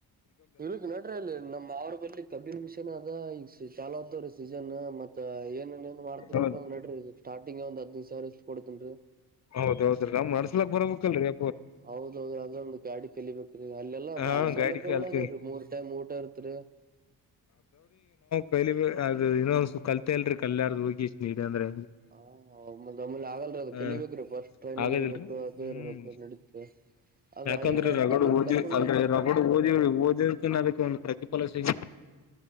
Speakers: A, on the right; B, on the left.
A: ಇಲ್ಕ ನಡ್ರಿ ಅಲ್ಲಿ ನಮ್ ಅವ್ರ ಬರ್ಲಿ ಕಬ್ಬಿನ ಮಿಷನ್ ಅದ ಈಗ ಚಾಲ ಅದವ್ರ ಸೀಸನ್. ಮತ್ತತ್ ಏನಏನ್ ಏನ್ ಮಾಡ್ರಪ್ಪ
B: ಹೌದ್
A: ನಡ್ರಿ ಸ್ಟಾರ್ಟಿಂಗ್ ಒಂದ್ ಹದ್ೈದು ಸಾವಿರ ಇಷ್ಟ ಕೊಡತೇನ್ರಿ
B: ಹೌದೌದ್ರೀ ನಮ್ ನಡ್ಸ್ಲಾಕ್ ಬರಬೇಕುಲ್ರರಿ
A: ಹೌದೌದು ಅದ್ರೊಂದು ಗಾಡಿ ಕಲಿಬೇಕ ಅಲ್ಲೆಲ್ಲಾ
B: ಹಾ
A: ಬಾಳ ಸೌಲಭ್ಯಗಳದಾವ್ರೀ
B: ಗಾಡಿ ಕಲ್ತೀವಿ
A: ಮೂರ್ ಟೈಮ್ ಮೂಟ ಇರ್ತ್ರಿ
B: ಪೈಲಿ ಅ ಇನ್ನೊಂದ್ಸು ಕಲ್ತೆ ಅಲ್ರರಿ ಕಲ್ಯಾರ್ದ ಹೋಗಿಷ್ಟ ನೀಡಿ ಅಂದ್ರೆ
A: ಹಾ ಒಮ್ಮ ಆಮ್ಮಲೆ ಆಗಲ್ರಿ ಅದ
B: ಹ
A: ಕಲಿಬೇಕ್ರೀ ಫಸ್ಟ್ ಟ್ರೈನಿಂಗ್
B: ಆಗದಿಲ್ರಿ
A: ಇರ್ಬೇಕು ಅದು
B: ಹ್ಮ್
A: ಇರ್ಬೇಕು ನಡೀತೆ ಆ
B: ಯಾಕಂದ್ರೆ
A: ಅಯ್ಯೋ್ರು
B: ರಗಡು
A: ತಮ
B: ಓದಿ
A: ಕರ್ಕೊಂಡ
B: ಅಲ್ರಿ ರಗಡು ಓದಿವವ್ರಿ ಓದಕಿನ್ ಅದಕ್ಕೆ ಒಂದಂದು ಪ್ರತಿಫಲ ಸಿಗ